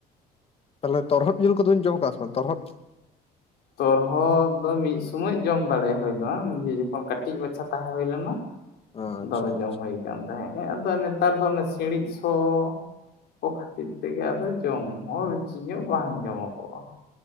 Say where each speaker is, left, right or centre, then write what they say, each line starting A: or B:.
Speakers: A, on the left; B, on the left.
A: ᱛᱟᱦᱞᱮ ᱛᱚᱨᱦᱚᱫ ᱡᱤᱞ ᱠᱚᱫᱚᱧ ᱡᱚᱢ ᱠᱟᱜ ᱥᱮ ᱵᱟᱝ ᱛᱚᱨᱦᱚᱫ ᱾
B: ᱛᱚᱨᱦᱚᱫ ᱫᱚ ᱢᱤᱫ ᱥᱳᱢᱚᱭ ᱡᱚᱢ ᱫᱟᱲᱮ ᱦᱳ ᱞᱮᱱᱟ ᱱᱤᱡᱮ ᱡᱚᱠᱷᱚᱱ ᱠᱟᱹᱴᱤᱡ ᱢᱟᱪᱷᱟ ᱛᱟᱦᱮᱸ ᱦᱩᱭᱳ ᱞᱮᱱᱟ ᱾
A: ᱟᱪᱪᱷᱟ
B: ᱫᱚᱢᱮ ᱡᱚᱢ
A: ᱟᱪᱪᱷᱟ
B: ᱦᱩᱭ ᱟᱠᱟᱱ ᱛᱟᱦᱮᱸᱜ ᱟᱫᱚ ᱱᱮᱛᱟᱨ ᱫᱚ ᱚᱱᱮ ᱥᱤᱬᱤᱡ ᱥᱚ ᱾ ᱠᱚ ᱠᱷᱟᱹᱛᱤᱨ ᱛᱮᱜᱮ ᱟᱫᱚ ᱡᱚᱢ ᱦᱚᱸ ᱨᱩᱪᱤ ᱧᱚᱜ ᱵᱟᱝ ᱡᱚᱢ ᱠᱚ ᱚᱜᱼᱟ ᱾